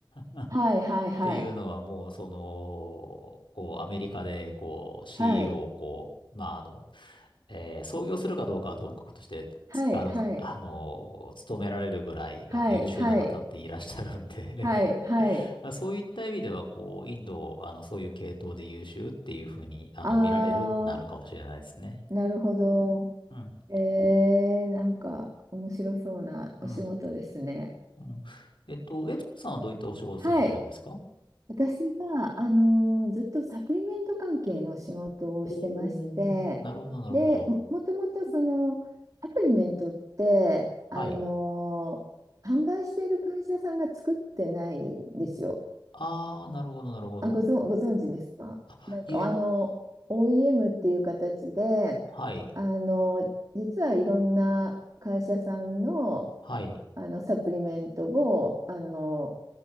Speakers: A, on the left; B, on the right.
A: <laughs>
B: はいはいはい。
A: っていうのはもう、その、こう、アメリカで、こう、CEO
B: はい。
A: を、こう、まあ、あの、えー創業するかどうかはともかくとして、
B: はいはい。
A: つあの、あのー勤められるぐらい、
B: はい。
A: あの、優秀な方っていらっしゃるんで
B: はい。はい。はい。
A: <laughs> そういった意味では、こう、インドを、あの、そういう系統で優秀っていうふうに、あの、
B: ああ、
A: 見られるってなるかもしれないですね。
B: なるほど。
A: うん。
B: えー、なんか面白そうなお仕事ですね。
A: うん。うん。えっと、悦子さんはどういったお仕事されてるんですか
B: はい。私が、あのーずっとサプリメント関係の仕事をしてまして、
A: おー、なるほど、なるほど。
B: で、も、もともとそのサプリメントって、
A: はい。
B: あのー販売している会社さんが作ってないんですよ。
A: あー、なるほど、なるほど。
B: あ、ご存、ご存知ですかなんか、
A: あ、いえ、
B: あの、OEM っていう形で、
A: はい、
B: あの、実はいろんな会社さんの、
A: はい。
B: あのサプリメントをあの、